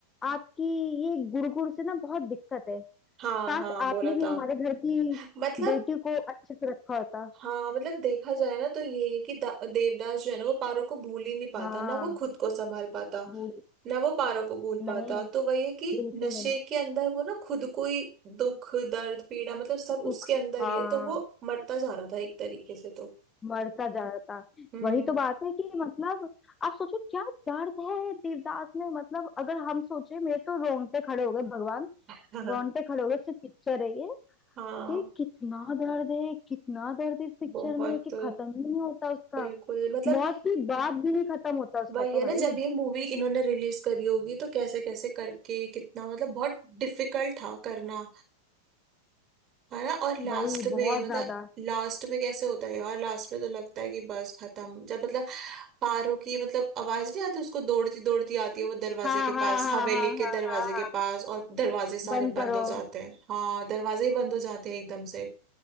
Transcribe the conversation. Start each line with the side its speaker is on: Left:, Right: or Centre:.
Left: आपकी ये गुड़ गुड़ से ना बहुत दिक्कत है
Right: हाँ
Left: काश
Right: हाँ बोला
Left: आपने भी
Right: था
Left: हमारे घर की
Right: मतलब
Left: बेटी को अच्छे से रखा होता
Right: हाँ मतलब देखा जाए ना तो यही है कि दा- देवदास जो है ना वो पारो को भूल ही नहीं पाता
Left: हाँ
Right: ना वो खुद को संभाल पाता
Left: वो
Right: ना वो पारो को भूल पाता
Left: नहीं
Right: तो वही है कि
Left: बिल्कुल
Right: नशे
Left: नहीं
Right: के अंदर वो ना खुद को ही दुख दर्द पीड़ा मतलब सब
Left: दुख
Right: उसके अंदर
Left: हाँ
Right: ही है तो वो मरता जा रहा था एक तरीके से तो
Left: मरता जाता
Right: हम्म
Left: वही तो बात है कि मतलब आप सोचो क्या दर्द है देवदास में मतलब अगर हम सोचे मेरे तो रोंगटे खड़े हो गए भगवान
Right: <laughs> हाँ
Left: रोंगटे खड़े हो गए सिर्फ पिक्चर है ये
Right: हाँ
Left: कि कितना दर्द है कितना दर्द है इस पिक्चर
Right: बहुत
Left: में कि खत्म ही नहीं होता उसका
Right: बिल्कुल मतलब
Left: मौत की बात भी नहीं खत्म होता उसका
Right: वही
Left: तो
Right: है
Left: भाई
Right: ना जब ये मूवी इन्होंने रिलीज करी होगी तो कैसे कैसे करके कितना मतलब बहुत डिफिकल्ट था करना है ना और लास्ट
Left: वही बहुत
Right: में मतलब
Left: ज्यादा
Right: लास्ट में कैसे होता है यार लास्ट में तो लगता है कि बस खत्म जब मतलब पारो की मतलब आवाज नहीं आती उसको दौड़ती दौड़ती आती है वो दरवाजे
Left: हाँ
Right: के
Left: हाँ
Right: पास
Left: हाँ
Right: हवेली
Left: हाँ हाँ हाँ
Right: के दरवाजे
Left: हाँ
Right: के
Left: हाँ,
Right: पास और दरवाजे सारे
Left: बंद
Right: बंद
Left: करो
Right: हो जाते हैं हाँ दरवाजे ही बंद हो जाते हैं एकदम से